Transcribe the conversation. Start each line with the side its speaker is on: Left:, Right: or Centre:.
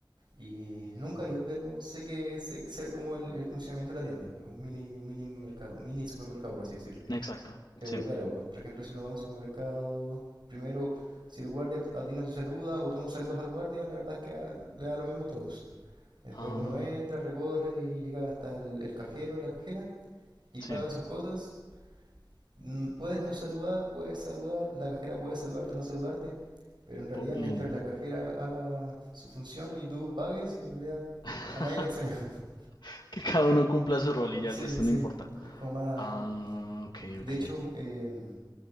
Right: Y nunca he ido, pero sé que sé, sé como el, el funcionamiento de la tienda, un mini, mini mercado, mini supermercado, por así decirlo.
Left: exacto,
Right: Pero
Left: sí.
Right: claro, pues por ejemplo, si uno va a un supermercado, primero, si el guardia a ti no te saluda o tú no saludas al guardia, la verdad es que a- le da lo mismo a todos. Después
Left: Ah,
Right: uno entra, recorre y llega hasta el, el cajero, la cajera, y
Left: sí,
Right: paga sus cosas mm, Puedes no saludar, puedes saludar, la cajera puede saludarte o no saludarte, pero en realidad
Left: po- y
Right: mientras la cajera haga su función y tú pagues, en realidad
Left: <laughs>
Right: a nadie le extraña. <laughs>
Left: que cada uno cumpla su rol y ya
Right: Sí,
Left: el resto
Right: sí,
Left: no importa.
Right: es como más...
Left: Ah, ok,
Right: De
Left: ok,
Right: hecho, eh,